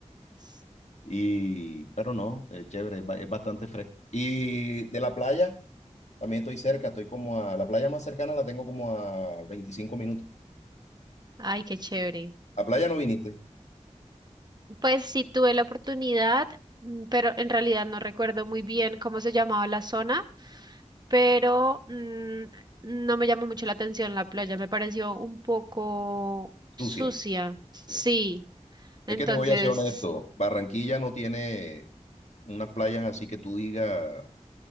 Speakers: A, on the right; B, on the left.
A: s-
B: Y, pero no, es chévere, es, ba- es bastante fresco. Y de la playa, también estoy cerca, estoy como a, la playa más cercana la tengo como a 25 minutos.
A: ay, qué chévere.
B: A playa no viniste,
A: Pues sí tuve la oportunidad, mm, pero en realidad no recuerdo muy bien cómo se llamaba la zona, pero mm, no me llamó mucho la atención la playa, me pareció un poco
B: sucia.
A: sucia. Sí,
B: Sí.
A: entonces,
B: Es que te voy a ser honesto, Barranquilla no tiene unas playas así que tú digas,